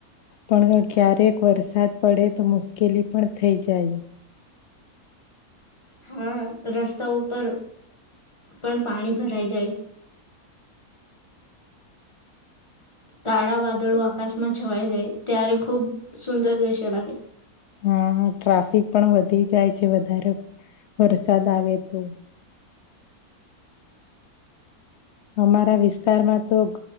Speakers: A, on the left; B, on the left.
A: પણ ક્યારેક વરસાદ પડે તો મુશ્કેલી પણ થઈ જાય
B: હા રસ્તાઓ પરર પણ પાણી ભરાઈ જાય કાળા વાદળો આકાશમાં છવાઈ જાય ત્યારે ખૂબ સુંદર દ્રશ્ય લાગે
A: હા ટ્રાફિક પણ વધી જાય છે વધારે વરસાદ આવે તો અમારા વિસ્તારમાં તો